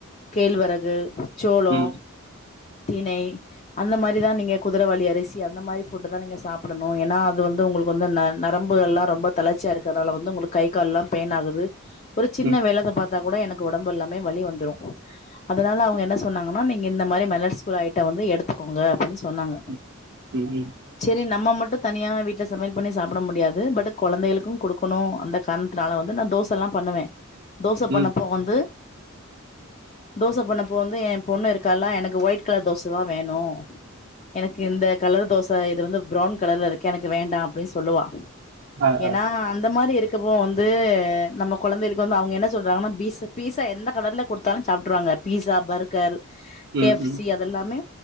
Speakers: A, on the left; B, on the right.
A: கேழ்வறகு சோளோ
B: ம்
A: தினை அந்த மாதிரிதான் நீங்கள் குதிரவாலி அரிசி அந்த மாதிரி ஃபுட்டு தான் நீங்க சாப்பிடணும் ஏன்னா அது வந்து உங்களுக்கு வந்து ந நரம்புகள்ல்லாம் ரொம்ப தளர்ச்சியா இருக்கிறதுனால வந்து உங்களுக்கு கை கால்லாம் பெயின் ஆகுது ஒரு சின்ன
B: ம் ம்
A: வேலத்த பார்த்தா கூட எனக் ஒடம்பு எல்லாமே வலி வந்துரும் அதனால அவங்க என்ன சொன்னாங்கன்னா நீங்க இந்த மாதிரி மெலட்ச் குல ஐட்டம் வந்து எடுத்துக்கோங்க அப்படின்னு சொன்னாங்க
B: ம் ம் ம்
A: சரி நம்ம மட்டு தனியான வீட்டு சமையல் பண்ணி சாப்பிட முடியாது பட் குழந்தைகளுக்கு கொடுக்கணு அந்த காரணத்தினால வந்து நா தோசல்லா பண்ணுவ தோச பண்ணப்போ
B: ம்
A: வந்து தோச பண்ணப்போ வந்து என் பொண்ணு இருக்கால்லா எனக்கு ஒயிட் கலர் தோச தா வேணு எனக்கு இந்த கலர் தோசை ச இது வந்து ப்ரவுன் கலர்ல இருக்கு எனக்கு வேண்டா அப்படின்னு சொல்லுவா
B: ஆ
A: ஏன்னா
B: ஆ
A: அந்த மாதிரி இருக்கப்போ வந்து நமக்கு குழந்தைகளுக்கு வந்து அவங்க என்ன சொல்றாங்கன்னா பீஸ பீஸா எந்த கலர்ல கொடுத்தாலும் சாப்பிட்டுருவாங்க பீஸா பர்கர் கே
B: ம்
A: எஃப்
B: ம்
A: சி அதெல்லாமே